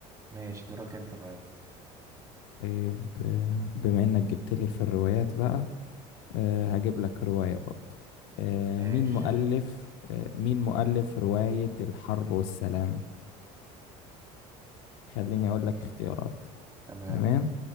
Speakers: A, on the right; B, on the left.
A: ماشي دورك أنت بقى يلا
B: طيب آه، بما انك جبت لي في الروايات بقى آه، هجيب لك رواية برضو آه،
A: ماشي
B: مين مؤلف آه، مين مؤلف رواية الحرب والسلام خليني اقول لك اختيارات
A: تمام
B: تمام